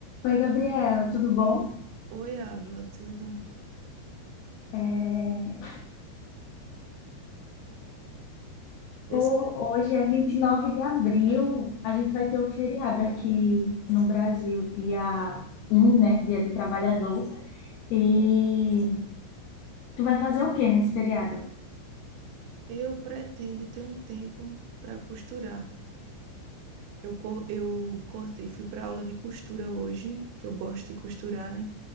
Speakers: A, on the left; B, on the right.
A: Oi, Gabriela, tudo bom?
B: Oi, Ávila, tudo?
A: É,
B: Esse-
A: ho- Hoje é 29 de abril, a gente vai ter o feriado aqui no Brasil, dia um, né? Dia do Trabalhador. E tu vai fazer o quê nesse feriado?
B: Eu pretendo ter um tempo para costurar. Eu, cor- eu cortei, fui para aula de costura hoje, que eu gosto de costurar, né?